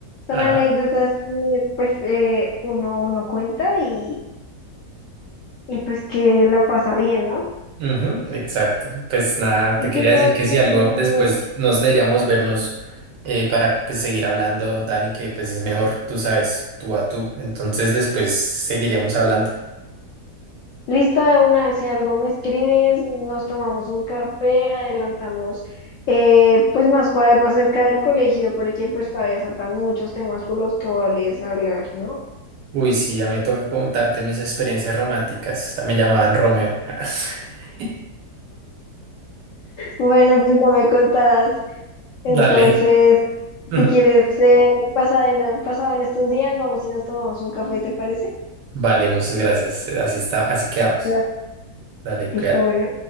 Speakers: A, on the left; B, on the right.
A: Son
B: Ajá.
A: anécdotas que pues eh, uno, uno cuenta y, y pues que la pasa bien, ¿no?
B: ujú, exacto. Pues nada,
A: Y
B: te
A: que
B: quería
A: una
B: decir
A: vez
B: que si
A: pues,
B: algo
A: el amor,
B: después nos deberíamos vernos eh, para pues, seguir hablando, Dani, que pues es mejor, tú sabes, tú a tú. Entonces después seguiríamos hablando.
A: listo de una, si algo me escribes, nos tomamos un café, adelantamos eh, pues más cuaderno acerca del colegio, porque pues todavía faltan muchos temas por los que cuales hablar, ¿no?
B: Uy, sí, ya me toca contarte mis experiencias románticas. Ah, Me llamaban Romeo. <laughs>
A: Bueno, pues ya me contarás. Entonces,
B: Dale. <laughs>
A: si quieres, eh, pasa en, pasado en estos días, vamos y nos tomamos un café, ¿te parece?
B: Vale, muchas gracias. Así está, así quedamos.
A: Claro.
B: Dale,
A: Listo,
B: cuídate.
A: bueno.